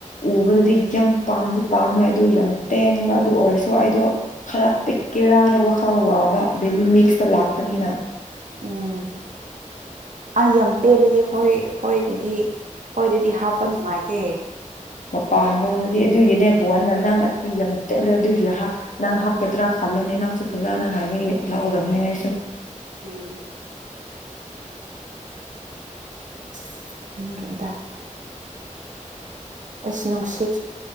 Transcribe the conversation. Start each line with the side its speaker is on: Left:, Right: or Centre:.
Left: ꯎꯕꯗꯗꯤ ꯌꯥꯝ ꯄꯥꯝꯗꯤ ꯄꯥꯝꯃꯦ ꯑꯗꯨ ꯌꯥꯝ ꯇꯦꯡꯕ ꯑꯗꯨ ꯑꯣꯏꯔꯁꯨ ꯑꯩꯗꯣ ꯈꯔ ꯄꯤꯛꯀꯦꯔꯥꯅ ꯋꯥꯈꯥꯎ ꯋꯥꯕ ꯕꯦꯕꯤ ꯃꯤꯛꯁꯇ ꯂꯥꯛꯄꯅꯤꯅ
Right: ꯎꯝ ꯑ ꯌꯥꯝ ꯇꯦꯜꯂꯗꯤ ꯍꯣꯏ ꯑꯩꯈꯣꯏꯒꯤꯗꯤ ꯍꯣꯏ ꯑꯗꯨꯗꯤ ꯍꯥꯞꯄ ꯅꯨꯡꯉꯥꯏꯇꯦ
Left: ꯃꯄꯥꯟꯂꯣꯝꯗꯗꯤ ꯑꯗꯨꯒꯤꯅꯦ ꯕꯣꯟꯅ ꯅꯪ ꯑꯁꯤ ꯌꯥꯝ ꯇꯠꯂꯦ ꯑꯗꯨꯏꯒꯤ ꯅꯪ ꯍꯥꯞꯀꯗ꯭ꯔꯥ ꯈꯜꯂꯣꯅꯦ ꯅꯪꯁꯨ ꯐꯖꯅ ꯍꯥꯏꯕꯒꯤ ꯂꯥꯛꯍꯧꯗꯔꯕꯅꯦ ꯑꯩꯁꯨ
Right: ꯎꯝ <unintelligible> ꯅꯟꯔꯤꯗ ꯑꯦꯁ ꯅꯨꯡꯁꯤꯠ